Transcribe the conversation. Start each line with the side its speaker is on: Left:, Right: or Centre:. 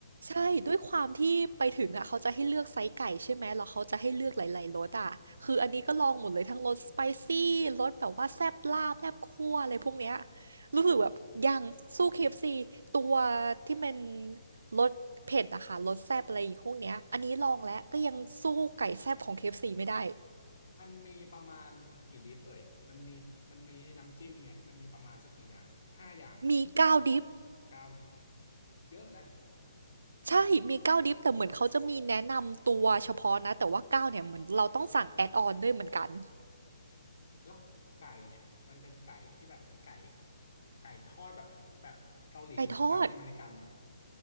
Right: ใช่ด้วยความที่ไปถึงอ่ะเขาจะให้เลือกไซส์ไก่ใช่ไหมแล้วเขาจะให้เลือกหลายๆรสอ่ะคืออันนี้ก็ลองหมดเลยทั้งรสสไปซี่รสแบบว่าแซ่บลาบแซ่บคั่วอะไรพวกเนี้ยรู้สึกแบบยังสู้ KFC ตัวที่เป็นรสเผ็ดอะค่ะรสแซ่บอะไรอีกพวกเนี้ยอันนี้ลองแล้วก็ยังสู้ไก่แซ่บของ KFC ไม่ได้
Left: มันมีประมาณกี่ดิปเอ่ยมันมีมันมีน้ำจิ้มเนี่ยมันมีประมาณสักกี่อย่าง ห้าอย่าง
Right: มีเก้าวดิฟ
Left: เก้าดิปเยอะนะ
Right: ใช่มีเก้าวดิฟแต่เหมือนเขาจะมีแนะนำตัวเฉพาะนะแต่ว่าเก้าวเนี่ยเหมือนเราต้องสั่งแอดออนด้วยเหมือนกัน
Left: เยอะแล้วไก่เนี่ยมันเป็นไก่ที่แบบเหมือนไก่ไก่ทอดแบบแบบเกาหลีหรือแบบอเมริกัน
Right: ไก่ทอด